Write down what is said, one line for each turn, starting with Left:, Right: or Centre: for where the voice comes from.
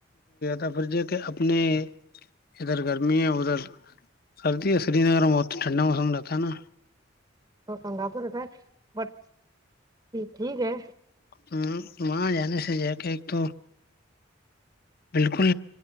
Left: سفر کہ اپنے ادھر گرمی ہے ادھر سردی ہے سری نگر میں بہت ٹھنڈا موسم رہتا ہے نا
Right: تو چنگا پھر پ بٹ ٹھیک ہے
Left: ہ وہاں جانے سے ج کے ایک تو بالکل